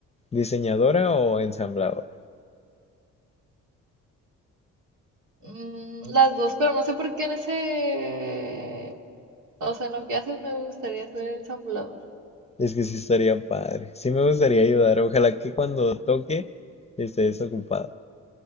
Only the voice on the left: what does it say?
¿Diseñadora o ensambladora?
Es que sí estaría padre. Sí me gustaría ayudar. Ojalá que cuando toque estés ocupado